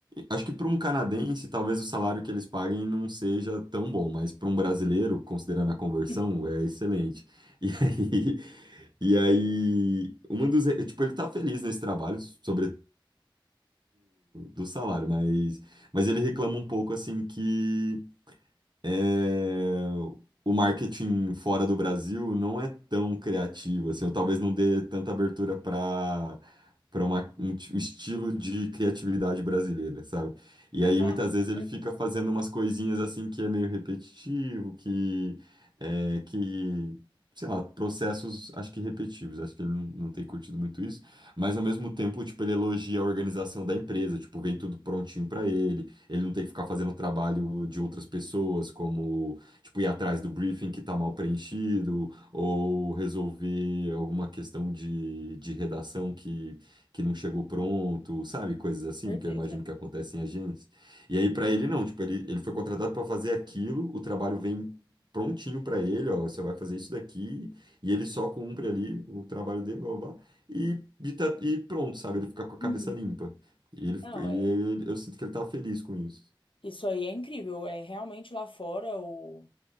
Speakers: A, on the right; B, on the left.
A: acho que para um canadense, talvez o salário que eles paguem não seja tão bom, mas para um brasileiro, considerando a conversão,
B: Hum.
A: é excelente. <laughs> E aí, e aí, uma dos, tipo, ele tá feliz nesse trabalho, sobretudo do salário, mas, mas ele reclama um pouco, assim, que é, o marketing fora do Brasil não é tão criativo, assim, ou talvez não dê tanta abertura para para um ti- um estilo de criatividade brasileira, sabe? E aí
B: Ah,
A: muitas
B: com
A: vezes
B: certeza.
A: ele fica fazendo umas coisinhas assim que é meio repetitivo, que é, que sei lá, processos acho que repetitivos, acho que ele não, não tem curtido muito isso, mas ao mesmo tempo, tipo, ele elogia a organização da empresa, tipo, vem tudo prontinho para ele, ele não tem que ficar fazendo trabalho de outras pessoas, como, tipo, ir atrás do briefing que está mal preenchido, ou resolver alguma questão de, de redação que, que não chegou pronto, sabe? Coisas assim
B: Certeza.
A: que eu imagino que acontecem em agências. E aí, para ele, não, tipo, ele, ele foi contratado para fazer aquilo, o trabalho vem prontinho para ele, ó, você vai fazer isso daqui, e ele só cumpre ali o trabalho dele, blá, blá, blá, e, e tá- e pronto, sabe? Ele fica com a cabeça
B: Uhum.
A: limpa. E ele, fica-
B: Não,
A: e
B: é.
A: ele- eu sinto que ele tá feliz com isso.
B: Isso aí é incrível. É realmente lá fora o,